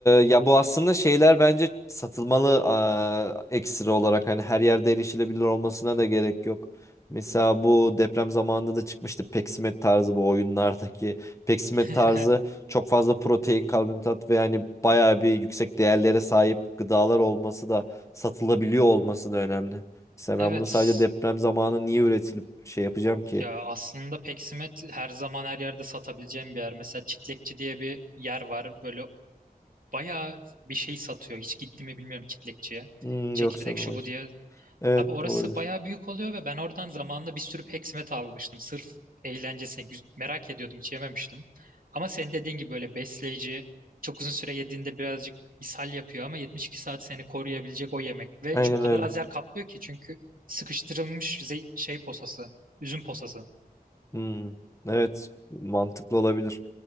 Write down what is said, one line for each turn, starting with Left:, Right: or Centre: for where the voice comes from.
Left: ya bu aslında şeyler bence satılmalı aa, ekstra olarak hani her yerde erişilebilir olmasına da gerek yok. Mesela bu deprem zamanında da çıkmıştı peksimet tarzı bu oyunlardaki peksimet
Right: <laughs>
Left: tarzı çok fazla protein, karbonhidrat ve yani bayağı bir yüksek değerlere sahip gıdalar olması da satılabiliyor olması da önemli. Mesela
Right: Evet.
Left: ben bunu sadece deprem zamanı niye üretilip şey yapacağım ki?
Right: Ya aslında Peksimet her zaman her yerde satabileceğim bir yer. Mesela Çitlekçi diye bir yer var. Böyle bayağı bir şey satıyor. Hiç gitti mi bilmiyorum Çitlekçiye.
Left: Hmm,
Right: Çekirdek
Left: yok sanırım
Right: şu
Left: hayır.
Right: bu diye
Left: Evet
Right: Abi orası
Left: olabilir.
Right: bayağı büyük oluyor ve ben oradan zamanında bir sürü peksimet almıştım. Sırf eğlencesine güz- merak ediyordum hiç yememiştim. Ama senin dediğin gibi böyle besleyici çok uzun süre yediğinde birazcık ishal yapıyor ama 72 saat seni koruyabilecek o yemek. Ve
Left: Aynen
Right: ç- o kadar
Left: öyle.
Right: az yer kaplıyor ki çünkü sıkıştırılmış ze- şey posası, üzüm posası.
Left: Hmm, evet mantıklı olabilir.